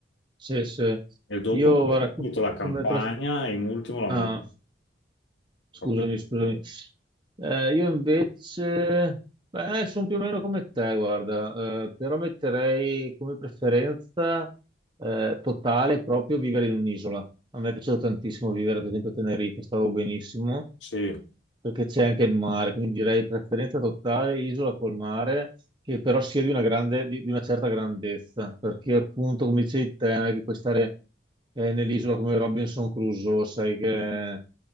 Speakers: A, on the right; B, on the left.
A: sì, sì.
B: E dopo
A: Io
B: poi
A: guarda,
B: ti
A: co-
B: metto la campagna
A: come, pref-
B: e in ultimo la montagna.
A: Ah, scusami,
B: Proprio ultimo.
A: scusami. Eh, io invece, beh, sono più o meno come te, guarda, eh, però metterei come preferenza eh, totale proprio vivere in un'isola. A me è piaciuto tantissimo vivere, ad esempio, a Tenerife, stavo benissimo
B: Sì,
A: perché c'è anche il mare, quindi direi preferenza totale isola col mare, che però sia di una grande, di, di una certa grandezza, perché appunto, come dicevi te, non è che puoi stare eh, nell'isola come Robinson Crusoe, sai che